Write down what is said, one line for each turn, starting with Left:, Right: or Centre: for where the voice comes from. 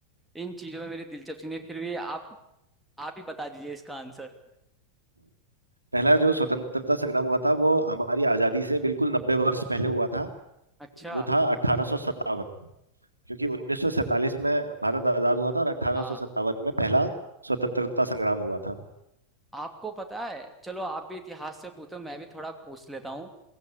Centre: इन चीजों में मेरी दिलचस्पी नहीं फिर भी आप आप ही बता दीजिए इसका आंसर
Right: पहला जो स्वतंत्रता संग्राम हुआ था वो हमारी आजादी से बिल्कुल नब्बे वर्ष पहले हुआ था
Centre: अच्छा
Right: वो था अठारह सौ सत्तावन, क्योंकि उन्नीस सौ सैंतालीस में भारत आजाद हुआ था और अठारह
Centre: हाँ
Right: सौ सत्तावन में पहला स्वतंत्रता संग्राम हुआ था
Centre: आपको पता है चलो आप भी इतिहास से पूछो मैं भी थोड़ा पूछ लेता हूँ